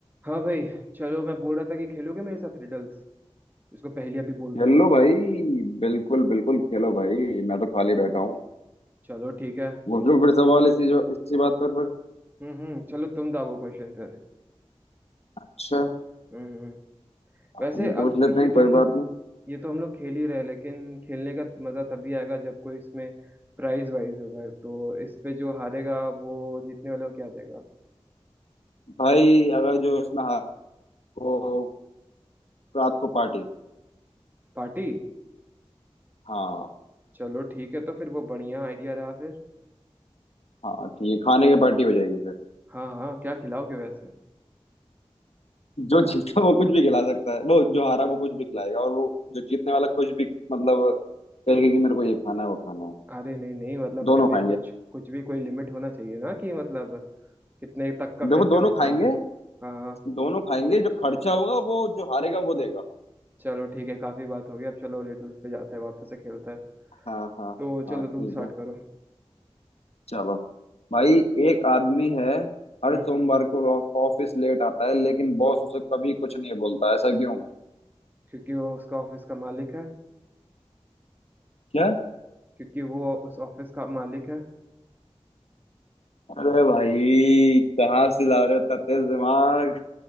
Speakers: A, on the right; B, on the left.
A: हाँ भाई चलो मैं बोल रहा था कि खेलोगे मेरे साथ रिडल्स इसको पहेलियाँ भी बोलते
B: खेलो
A: हैं
B: भाई बिल्कुल बिल्कुल खेलो भाई मैं तो खाली बैठा हूँ
A: चलो ठीक है हम्म
B: पूछ लो फिर सवाल इसी जो इसी बात पर फिर
A: हम्म चलो तुम दागो क्वेश्चन फिर
B: अच्छा
A: हम्म हम्म वैसे
B: हम
A: अग,
B: पूछ लेते
A: ये
B: हैं
A: तो
B: कोई
A: हम लोग
B: बात नहीं
A: ये तो हम लोग खेल ही रहे लेकिन खेलने का मजा तभी आएगा जब कोई इसमें प्राइज वाइज होगा तो इस पे जो हारेगा वो जीतने वाले को क्या देगा
B: भाई अगर जो इसमें हार को रात को पार्टी
A: पार्टी
B: हाँ
A: चलो ठीक है तो फिर वो बढ़िया आइडिया रहा फिर
B: हाँ ठीक है खाने की पार्टी हो जाएगी फिर
A: हाँ हाँ क्या खिलाओगे वैसे
B: जो जीता वो कुछ भी खिला सकता है वो जो हारा वो कुछ भी खिलाएगा और वो जो जीतने वाला कुछ भी मतलब कहेगा कि मेरे को ये खाना है वो खाना है
A: अरे नहीं नहीं मतलब
B: दोनों
A: फिर
B: खाएंगे
A: भी कुछ कुछ भी कोई लिमिट होना चाहिए ना कि मतलब कितने तक का खर्चा
B: देखो दोनों
A: होगा
B: खाएंगे
A: हाँ हाँ
B: दोनों खाएंगे जो खर्चा होगा वो जो हारेगा वो देगा
A: चलो ठीक है काफी बात हो गई अब चलो रिडल्स पे जाते हैं वापस से खेलते हैं
B: हाँ हाँ
A: तो
B: हाँ
A: चलो
B: ठीक
A: तुम स्टार्ट
B: है
A: करो
B: चलो भाई एक आदमी है हर
A: हम्म
B: सोमवार
A: हम्म।
B: को ऑफिस लेट आता है लेकिन बॉस उसे कभी कुछ नहीं बोलता ऐसा क्यों
A: क्योंकि वो उसका ऑफिस का मालिक है
B: क्या
A: क्योंकि वो उस ऑफिस का मालिक है
B: अरे भाई कहाँ से ला रहे हो इतना तेज दिमाग